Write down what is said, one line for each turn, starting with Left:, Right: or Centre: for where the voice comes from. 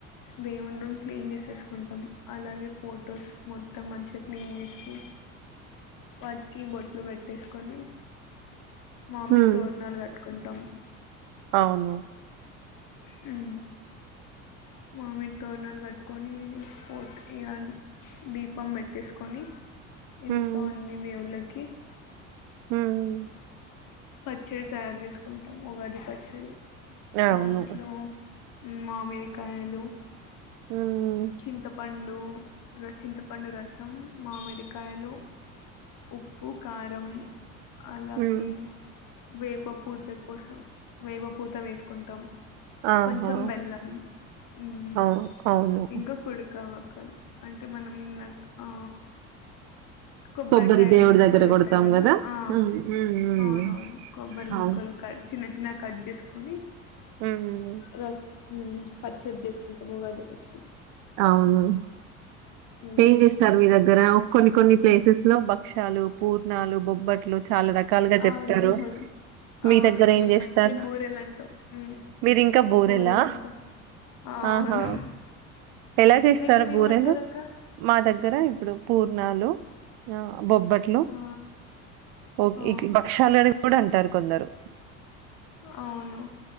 Left: దేవుడి రూమ్ క్లీన్ చేసేసుకుంటాం అలాగే ఫొటోస్ మొత్తం మంచిగా క్లీన్ చేసి వాటికి బొట్లు పెట్టేసుకొని మామిడి
Right: హ్మ్.
Left: తోరణాలు కట్టుకుంటాం
Right: అవును
Left: హుమ్ మామిడి తోరణాలు కట్టుకొని పోట్ ఇ దీపం పెట్టేసుకొని
Right: హ్మ్.
Left: ఇంట్లో అన్ని దేవుళ్ళకి
Right: హుమ్
Left: పచ్చడి తయారు చేసుకుంటాం ఉగాది పచ్చడి
Right: అవును.
Left: దాంట్లో మామిడికాయలు
Right: హ్మ్.
Left: చింతపండు ర చింతపండు రసం మామిడికాయలు ఉప్పు కారం అలాగే
Right: హ్మ్
Left: వేప పూత కోసం వేప పూత వేసుకుంటాం
Right: ఆహా!
Left: కొంచం బెల్లం మ్మ్
Right: అవును. అవును.
Left: ఇంకా కుడుకావక్కలు అంటే మనం లైక్ ఆ కొబ్బరికాయ
Right: కొబ్బరి దేవుడి
Left: ముక్కలు
Right: దగ్గర కొడతాం
Left: ఉంటాయి కదా
Right: గదా!
Left: ఆ
Right: హ్మ్. హ్మ్. హ్మ్.
Left: అవునవును కొబ్బరి ముక్కలు
Right: అవును.
Left: కట్ చిన్న చిన్న నా కట్ చేసుకొని
Right: హుమ్
Left: రసం పచ్చడి చేసుకుంటాం ఉగాది పచ్చడి
Right: అవును
Left: మ్మ్.
Right: ఏం చేస్తారు మీ దగ్గర కొన్ని కొన్ని ప్లేసెస్ లో భక్షాలు పూర్ణాలు బొబ్బట్లు చాలా రకాలుగా చెప్తారు
Left: అవునవును.
Right: మీ
Left: అవును
Right: దగ్గర
Left: మేమైతే
Right: ఏం చేస్తారు
Left: బూరెలంటాం. హ్మ్.
Right: మీరి ఇంకా బోరెలా
Left: బూరెలంటాం. ఆ!
Right: ఆహా
Left: అవును.
Right: ఎలా చేస్తారు
Left: మీ దగ్గరేమంటారక్క?
Right: బూరెలు మా దగ్గర దగ్గర ఇప్పుడు పూర్ణాలు ఆ బొబ్బట్లు
Left: ఆ!
Right: ఓ
Left: ఆ!
Right: ఇట్ భక్షాలని కూడా అంటారు కొందరు
Left: అవును